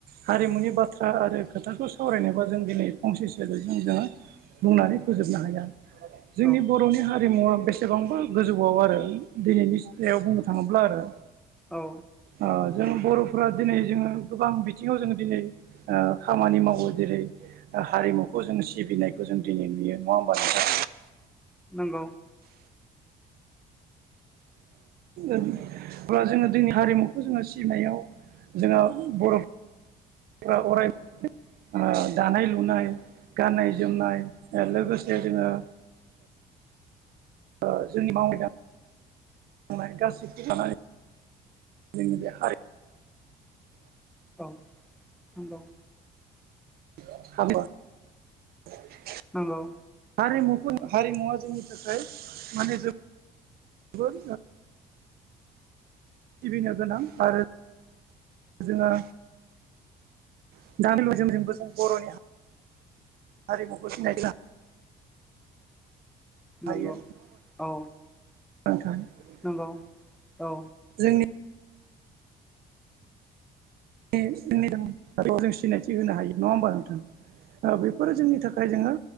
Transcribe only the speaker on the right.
हारिमुनि बाथ्रा आरो खोथाखौ सावरायनोबा जों दिनै फंसेसै जों जोङो बुंनानै फोजोबनो हाया। जोंनि
बर'नि हारिमुवा बेसेबांबा गोजौआव आरो दिनैनि <unintelligible> बुंनो थाङोब्ला आरो।
ओ जों बर'फोरा दिनै जोङो गोबां बिथिङाव जोङो दिनै ओ खामानि मावो जेरै हारिमुखौ जों सिबिनायखौ जों दिनै नुयो नङा होमबा नोंथां।
अब्ला जोङो जोंनि हारिमुखौ जोङो सिबिनायाव जोंहा बर' जोङो अराय ओ दानाय लुनाय गाननाय जोमनाय ओ लोगोसे जोङो ओ जोंनि मावनाय दां मावनायनि गासैखौ लानानै जोंनि बे हारि
<unintelligible>
हारिमुखौ हारिमुवा जोंनि थाखाय माने जोबो <unintelligible> सिबिनो गोनां आरो जोङो <unintelligible> जोम जोंबो जों बर'नि <inaudible> हारिमुखौ सिनाय <unintelligible>
हायो
<unintelligible>
जोंनि <unintelligible> जों सिनायथि थि होनो हायो नङा होनबा नोंथां? बेफोरो जोंनि थाखाय जोङो